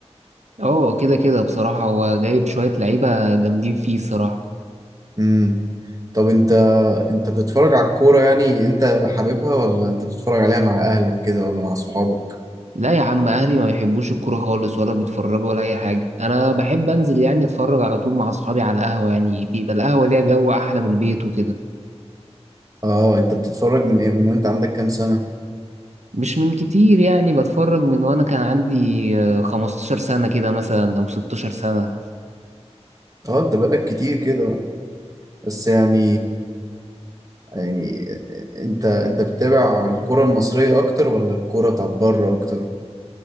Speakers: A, on the right; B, on the right.
A: اه كده كده بصراحة هو جايب شوية لعيبة جامدين فيه الصراحة
B: امم طب انت انت بتتفرج على الكورة يعني انت حاببها ولا انت بتتفرج عليها مع اهلك كده ولا مع صحابك
A: لا يا عم اهلي ما بيحبوش الكوره خالص ولا بيتفرجوا ولا اي حاجه انا بحب انزل يعني اتفرج على طول مع اصحابي على القهوه يعني بيبقى القهوه ليها جو احلى من البيت وكده
B: اه انت بتتفرج من ايه من وانت عندك كام سنة
A: مش من كتير يعني بتفرج من وانا كان عندي آه، 15 سنه كده مثلا او 16 سنه
B: اه انت بقالك كتير كده بقى بس يعني يعني انت انت بتتابع الكرة المصرية اكتر ولا الكرة بتاعت بره اكتر